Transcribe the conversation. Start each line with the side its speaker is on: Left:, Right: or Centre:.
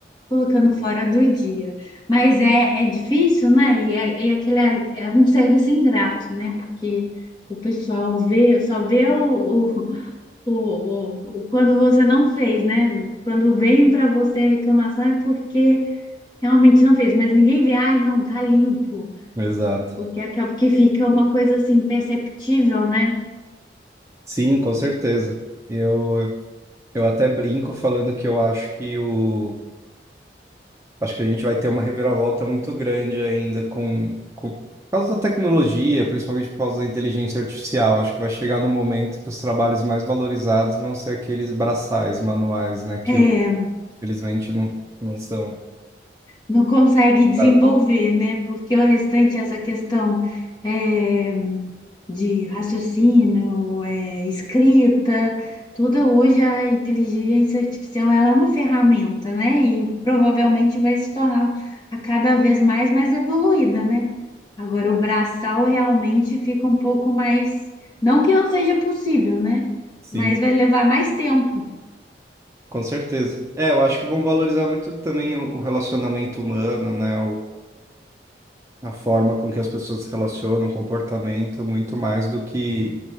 Left: colocando fora do dia. Mas é, é difícil, né? E é, é aquele, é um serviço ingrato, né? Porque o pessoal vê, só vê o, o, o, o- o- quando você não fez, né? Quando vem para você a reclamação é porque realmente não fez, mas ninguém vê, ai, não, tá limpo,
Right: exato.
Left: porque acaba que fica uma coisa assim perceptível, né?
Right: Sim, com certeza. Eu, eu até brinco falando que eu acho que o, acho que a gente vai ter uma reviravolta muito grande ainda com, com, por causa da tecnologia, principalmente por causa da inteligência artificial. Acho que vai chegar no momento que os trabalhos mais valorizados vão ser aqueles braçais manuais, né? Que
Left: É.
Right: infelizmente não, não são.
Left: não consegue desenvolver,
Right: Ah,
Left: né? Porque o restante, essa questão é, de raciocínio, é, escrita, tudo hoje a inteligência artificial ela é uma ferramenta, né? E provavelmente vai se tornar a cada vez mais mais evoluída, né? Agora o braçal realmente fica um pouco mais, não que não seja possível, né?
Right: Sim,
Left: Mas vai levar mais tempo.
Right: com certeza. É, eu acho que vão valorizar muito também o, o relacionamento humano, né? a forma com que as pessoas se relacionam, o comportamento, muito mais do que